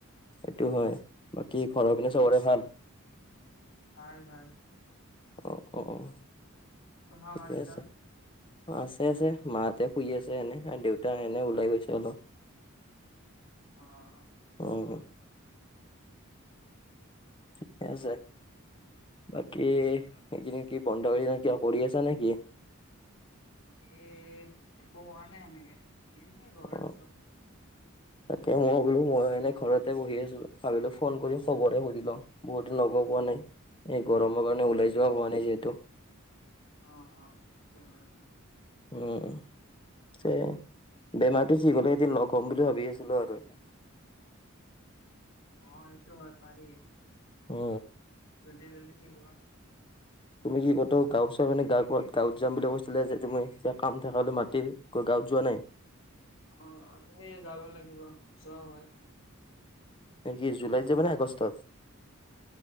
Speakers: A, on the left; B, on the left.
A: সেইটো হয়। বাকী ঘৰৰ পিনে চবৰে ভাল?
B: ভাল ভাল।
A: অ', অ', অ'।
B: তোমাৰ
A: ঠিকেই
B: মা দেউতা?
A: আছে। আছে আছে মাহ'তে শুই আছে এনে দেউতা এনে ওলাই গৈছে অলপ।
B: অ'।
A: উম। ঠিকে আছে। বাকী এইকেইদিন কি বন্ধহৈ যায় কিবা কৰি আছা নেকি?
B: এ একো নাই এনেকে এনে ঘৰত
A: অ'।
B: আচ
A: তাকে মই বোলো মই এনে ঘৰতে বহি আছো ভালৈ ফোন কৰি খবৰে সুধি লম বহুত লগ পোৱা নাই এই গৰমৰ কাৰণে ওলাই যোৱা হোৱা নাই যিহেতু
B: অ অ হেতু হয়
A: উম বেমাৰটো ঠ হলে এদিন লগ হ'ম বুলি ভাবি আছিলো আৰু
B: অ সেটো বেপাৰী
A: অ
B: জলদি জল্দি থিক হোৱা
A: তুমি কি কত গাঁওচৰ মানে গাৱ কাত গাঁৱত যাম বুলি কৈছিলে যে তুমি যে কাম থাকলে মাটিৰ গৈ গাঁৱত যোৱা নাই
B: অ এই যাব লাগিব ওচৰ হয়
A: নেকি জুলাইত যাব নে আগষ্টত